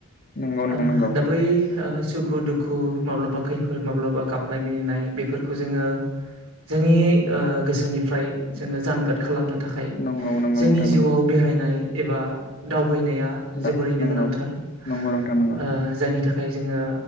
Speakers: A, on the left (about 45°); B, on the right (about 70°).
A: नंगौ नोंथां
B: ओ
A: नंगौ
B: दा बै ओ सुखु दुखु, माब्लाबा खैफोद, माब्लाबा गाबनाय मिनिनाय,। खौ जोंङो जोंनि ओ गोसोनिफ्राय जोंङो जानगार खालामनो थाखाय
A: नंगौ नंगौ
B: जोंनि
A: नोंथां
B: जिउआव
A: नंगौ
B: बेराय नाय एबा दावबायनाया
A: दा
B: जोबोरैनो
A: नंगौ
B: गोनांथार। ओ
A: नंगौ नोंथां नंगौ
B: जायनि थाखाय थाखाय जोंङो